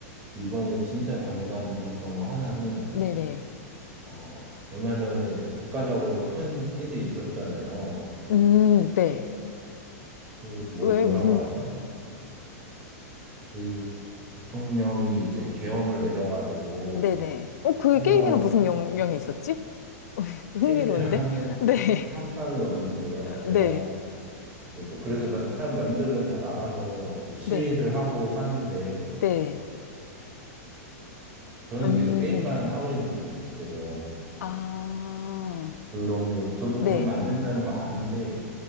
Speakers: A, on the right; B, on the left.
A: 이번에 진짜 자괴감 들었던 거 하나는
B: 네네.
A: 어, 얼마 전에 이제 국가적으로 큰 일이 있었잖아요.
B: 음, 네.
A: 그 뭐,
B: 왜
A: 뭐라고
B: 무슨,
A: 하죠? 그 부통령이 이제 계엄을 내려가지고
B: 네네. 어, 그게
A: 한동안
B: 게임이랑 무슨 영, 영이 있었지? 흥미로운데?
A: 게임이랑은
B: <laughs> 네.
A: <laughs> 상관은 없는데요. 제가
B: 네,
A: 이제 뭐 그래서 나- 사람 남들은 다 나가서 뭐 시위를
B: 네,
A: 하고 하는데
B: 네.
A: 저는
B: 음,
A: 계속 게임만 하고 있는 거예요, 집에서.
B: 아,
A: 그런 게 저도
B: 네.
A: 그러면 안 된다는 거 아는데